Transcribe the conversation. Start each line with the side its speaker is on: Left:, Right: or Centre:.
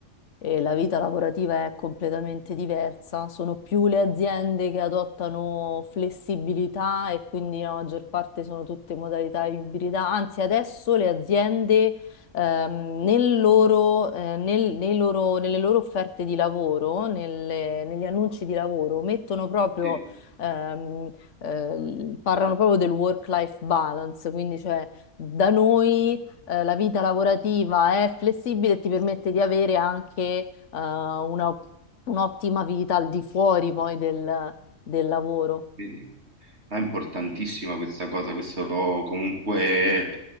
Left: e la vita lavorativa è completamente diversa. Sono più le aziende che adottano flessibilità e quindi la maggior parte sono tutte modalità ibrida. Anzi, adesso le aziende ehm, nel loro- eh, nel- nei loro- nelle loro offerte di lavoro, nelle- negli annunci di lavoro, mettono proprio...
Right: Sì,
Left: ehm, eh, parlano proprio del work-life balance, quindi cioè da noi eh, la vita lavorativa è flessibile e ti permette di avere anche eh, una- un'ottima vita al di fuori poi del, del lavoro.
Right: vedi. È importantissima questa cosa, questo comunque